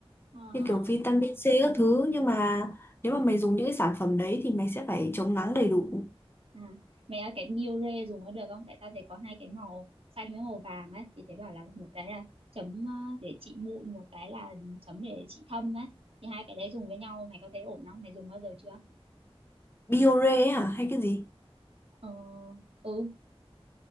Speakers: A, on the right; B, on the left.
A: ờ
B: như kiểu vitamin C các thứ nhưng mà nếu mà mày dùng những cái sản phẩm đấy thì mày sẽ phải chống nắng đầy đủ
A: À, mẹ ơi cái Miu Re dùng có được không? Tại tao thấy có hai cái màu xanh với màu vàng ấy thì thấy bảo là một cái là chấm ờ, để trị mụn một cái là chấm để trị thâm ấy thì hai cái đấy dùng với nhau mày có thấy ổn không? Mày dùng bao giờ chưa?
B: Biore ấy hả hay cái gì
A: Ờ ừ